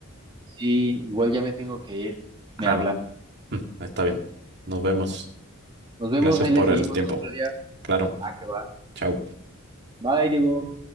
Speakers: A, on the right; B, on the right.
A: Sí, igual ya me tengo que ir.
B: Claro.
A: Me hablan.
B: Mm, Está bien. Nos vemos.
A: Nos vemos,
B: Gracias
A: ahí
B: por
A: le seguimos
B: el tiempo.
A: otro día.
B: Claro.
A: Ah, que va.
B: Chao.
A: Bye, Diego.